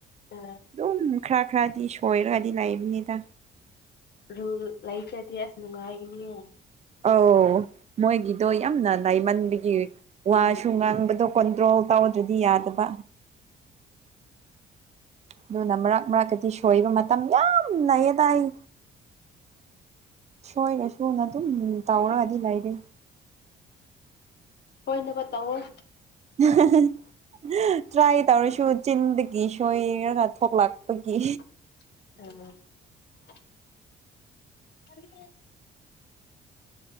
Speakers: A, on the left; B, on the right.
A: ꯑ
B: ꯑꯗꯨꯝ ꯈꯔ ꯈꯔꯗꯤ ꯁꯣꯏꯔꯒꯗꯤ ꯂꯩꯏꯕꯅꯦꯗ꯫
A: ꯔꯨꯜ ꯂꯩꯇꯔꯗꯤ ꯑꯁ ꯅꯨꯡꯉꯥꯏꯒꯅꯤꯌꯦ
B: ꯑꯧ ꯃꯣꯏꯒꯤꯗꯣ ꯌꯥꯝꯅ ꯂꯥꯏꯃꯟꯕꯒꯤ ꯋꯥꯁꯨ
A: ꯎꯝ
B: ꯉꯥꯡꯕꯗꯣ ꯀꯟꯇ꯭ꯔꯣꯜ ꯇꯧꯗ꯭ꯔꯗꯤ ꯌꯥꯗꯕ꯫ ꯑꯗꯨꯅ ꯃꯔꯛ ꯃꯔꯛꯗꯗꯤ ꯁꯣꯏꯕ ꯃꯇꯝ ꯌꯥꯝ ꯂꯩꯌꯦꯗ ꯑꯩ ꯁꯣꯏꯔ ꯁꯨꯅ ꯑꯗꯨꯝ ꯇꯧꯔꯒꯗꯤ ꯂꯩꯔꯦ꯫
A: ꯑꯣꯏꯅꯕ <unintelligible> ꯇꯧꯑꯣ꯫
B: ꯍꯦꯍꯦꯍꯦ꯫ <unintelligible> ꯇ꯭ꯔꯥꯏ ꯇꯧꯔꯁꯨ ꯆꯤꯟꯗꯒꯤ ꯁꯣꯏꯔꯒ ꯊꯣꯛꯂꯛꯄꯒꯤ
A: ꯑꯣ꯫ <unintelligible> <unintelligible> <unintelligible>